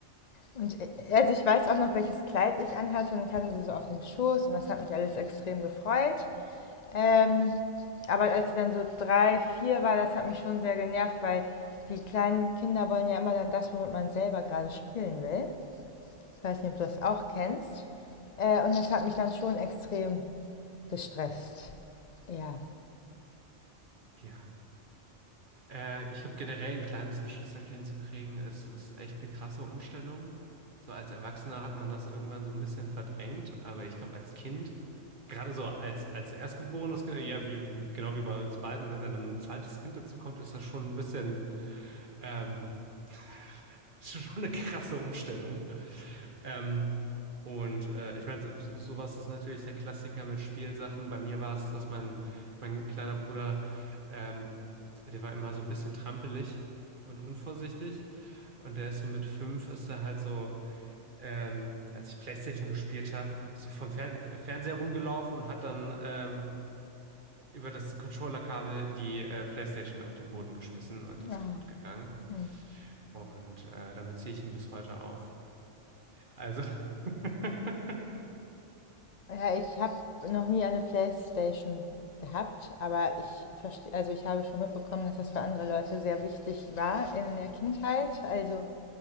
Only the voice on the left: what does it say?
Und äh, also ich weiß auch noch, welches Kleid ich anhatte und ich hatte sie so auf dem Schoß und das hat mich alles extrem gefreut. Ähm, aber als sie dann so drei, vier war, das hat mich schon sehr genervt, weil die kleinen Kinder wollen ja immer dann das, womit man selber gerade spielen will. Ich weiß nicht, ob du das auch kennst. Äh, und das hat mich dann schon extrem Gestresst. Ja.
Oh.
Hm.
Ja, ich habe noch nie eine Playstation gehabt, aber ich verstehe, also ich habe schon mitbekommen, dass das für andere Leute sehr wichtig war in der Kindheit. Also